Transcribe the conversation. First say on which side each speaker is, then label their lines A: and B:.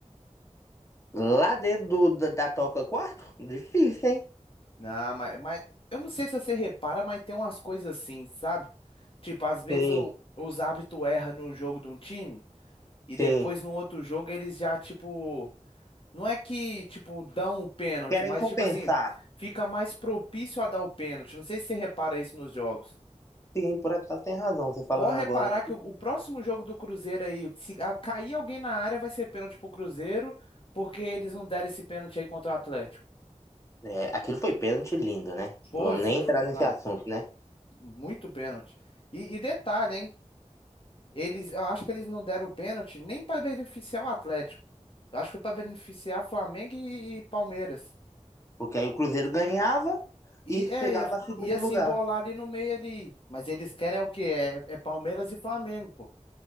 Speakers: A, on the left (about 25°); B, on the left (about 45°).
A: Lá dentro do- da, da toca 4? Difícil, hein?
B: Não, mas, mas eu não sei se você repara, mas tem umas coisas assim, sabe? Tipo, às vezes
A: Sim,
B: o- os árbitros erram no jogo de um time e depois
A: sim.
B: no outro jogo eles já, tipo. Não é que, tipo, dão o pênalti,
A: Querem
B: mas,
A: compensar.
B: tipo assim, fica mais propício a dar o pênalti. Não sei se você repara isso nos jogos.
A: Sim, por acaso tem razão, você falando
B: Pode
A: agora.
B: reparar que o, o próximo jogo do Cruzeiro aí, se a- cair alguém na área, vai ser pênalti pro Cruzeiro, porque eles não deram esse pênalti aí contra o Atlético.
A: É, aquilo foi pênalti lindo, né?
B: Foi,
A: Vamos
B: foi,
A: nem entrar nesse
B: não,
A: assunto, né?
B: muito pênalti. E, e detalhe, hein? Eles, eu acho que eles não deram o pênalti nem para beneficiar o Atlético. Eu acho que foi para beneficiar Flamengo e, e Palmeiras.
A: Porque aí o Cruzeiro ganhava
B: E
A: e chegava
B: é, ia,
A: a segundo
B: ia se
A: lugar.
B: embolar ali no meio ali. Mas eles querem é o quê? É, é Palmeiras e Flamengo, pô.